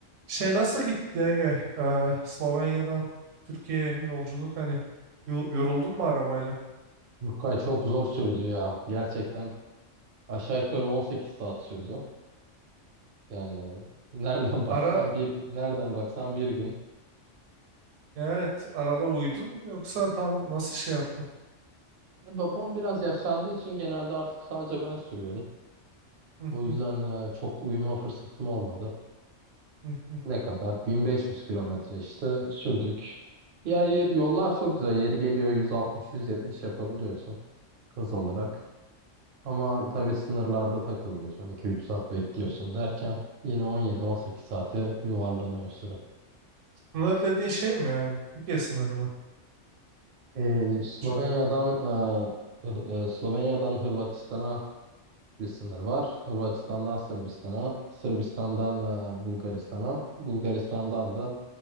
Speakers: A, on the right; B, on the right.
A: Şey nasıl gitti Ege? Ee, Slovenya'dan Türkiye'ye yolculuk hani yo- yoruldun mu arabayla?
B: Rukay çok zor sürdü ya. Gerçekten aşağı yukarı 18 saat sürdü. Yani nereden <laughs> baksan
A: Ara
B: bir nereden baksan bir gün.
A: evet arada uyudun mu yoksa tam nasıl şey yaptın?
B: E, babam biraz yaşlandığı için genelde artık sadece ben sürüyorum.
A: Hı
B: O
A: hı,
B: yüzden e, çok uyuma fırsatım olmadı.
A: hı hı.
B: Ne kadar? 1500 kilometre işte sürdük. Ya yer- yollar çok güzel. Yeri geliyor 160-170 yapabiliyorsun hız olarak. Ama tabii sınırlarda takılıyorsun. iki üç saat bekliyorsun derken yine 17-18 saate yuvarlanıyor süre.
A: Sınır dediğin şey mi yani Türkiye sınırı mı?
B: Ee, Slovenya'dan
A: Çü-
B: e, e, Slovenya'dan Hırvatistan'a bir sınır var. Hırvatistan'dan Sırbistan'a, Sırbistan'dan e, Bulgaristan'a, Bulgaristan'dan da